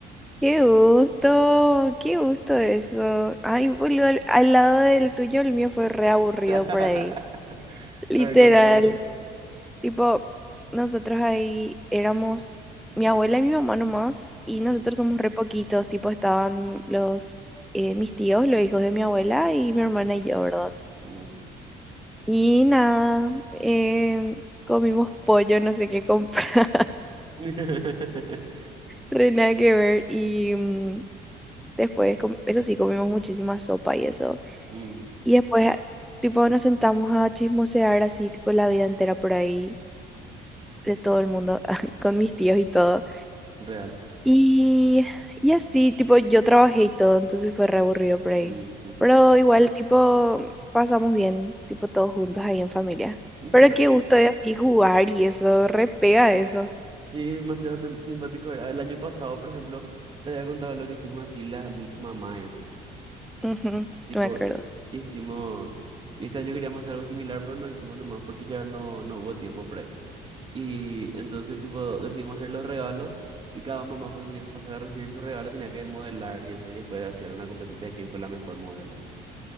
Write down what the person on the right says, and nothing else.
<laughs>
A ver, contame.
Mm,
mm.
<laughs>
Mm,
real.
Mm, ujú.
Mm,
claro.
Sí, demasiado tem- simpático era. El año pasado, por ejemplo, te había contado lo que hicimos así, la misma mamá y eso.
Tipo,
hi- hicimos... Y este año queríamos hacer algo similar, pero no hicimos nomás porque ya no, no hubo tiempo por ahí. Y entonces, tipo, decidimos hacer los regalos y cada mamá cuando tenía que pasar a recibir su regalo tenía que modelar y eso. Y después hacían una competencia de quién fue la mejor modelo.